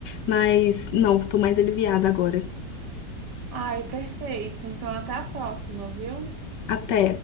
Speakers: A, on the left (about 80°); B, on the right (about 75°).
A: Mas não, tô mais aliviada agora.
B: Ai, perfeito. Então, até a próxima, viu?
A: Até.